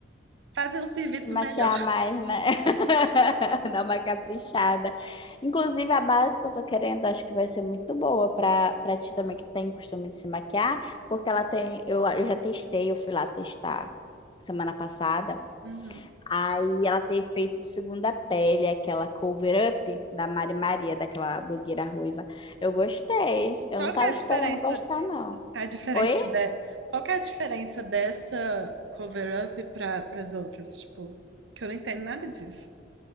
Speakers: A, on the right (about 80°); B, on the left (about 25°).
A: fazer um serviço
B: Se maquiar
A: melhor.
B: mais, né? <laughs> Dar uma caprichada. Inclusive, a base que eu tô querendo, acho que vai ser muito boa pra, pra ti também que tem costume de se maquiar, porque ela tem. Eu, eu já testei, eu fui lá testar semana passada.
A: Uhum.
B: Aí ela tem feito de segunda pele, aquela cover up da Mari Maria, daquela blogueira ruiva. Eu gostei. Eu
A: Qual
B: não tava
A: que é a
B: esperando
A: diferença,
B: gostar, não.
A: a diferença
B: Oi?
A: de, qual que é a diferença dessa cover-up para para as outras? Tipo, que eu não entendo nada disso.